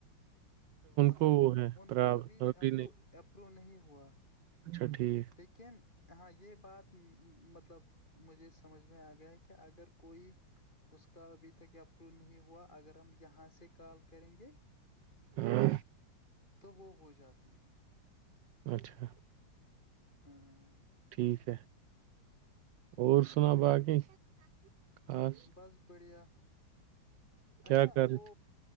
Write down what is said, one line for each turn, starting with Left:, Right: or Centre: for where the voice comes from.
Left: مطلب
Right: کو وہ ہے
Left: ان
Right: پرابلم
Left: کا ابھی اپرو
Right: نہیں
Left: اپروو نہیں ہوا
Right: اچھا ٹھیک
Left: لیکن ہاں یہ بات مطلب مجھے سمجھ میں آ گیا کہ اگر کوئی اس کا ابھی تک اپرو نہیں ہوا اگر ہم یہاں سے کال کریں گے
Right: ہاں
Left: تو وہ ہو جاتی
Right: اچھا
Left: ہاں
Right: یک ہے اور سنا باقی خاس
Left: بس بڑھیا اچھا
Right: کیا کر
Left: وہ
Right: رہے